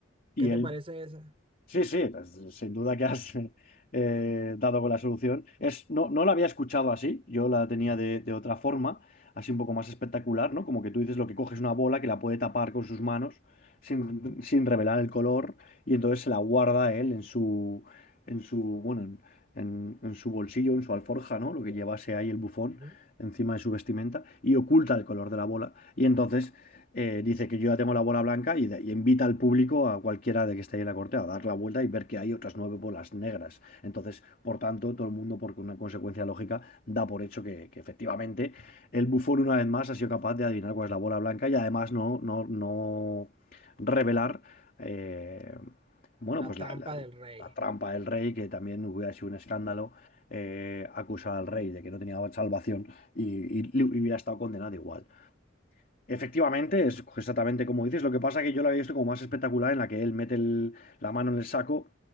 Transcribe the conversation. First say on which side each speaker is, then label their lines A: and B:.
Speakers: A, on the left (about 45°); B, on the right (about 30°).
A: Y
B: ¿Qué te
A: él
B: parece esa?
A: Sí, sí, pues, sin duda que has <laughs> eh, dado con la solución. Es, no, no la había escuchado así, yo la tenía de, de otra forma, así un poco más espectacular, ¿no? Como que tú dices lo que coges una bola que la puede tapar con sus manos sin,
B: Ujú,
A: sin revelar el color y entonces se la guarda él en su, en su, bueno, en, en- en su bolsillo, en su alforja, ¿no? Lo que llevase ahí el bufón
B: ujú,
A: encima de su vestimenta y oculta el color de la bola y entonces eh, dice que yo ya tengo la bola blanca y, da- y invita al público, a cualquiera de que esté ahí en la corte, a dar la vuelta y ver que hay otras nueve bolas negras. Entonces, por tanto, todo el mundo, por una consecuencia lógica, da por hecho que, que efectivamente el bufón una vez más ha sido capaz de adivinar cuál es la bola blanca y además no, no, no revelar, eh, bueno,
B: La
A: pues
B: trampa
A: la, la-
B: del rey.
A: la trampa del rey, que también hubiera sido un escándalo. eh, acusar al rey de que no tenía salvación y, y y hubiera estado condenado igual. Efectivamente, es exactamente como dices. Lo que pasa es que yo la había visto como más espectacular en la que él mete el- la mano en el saco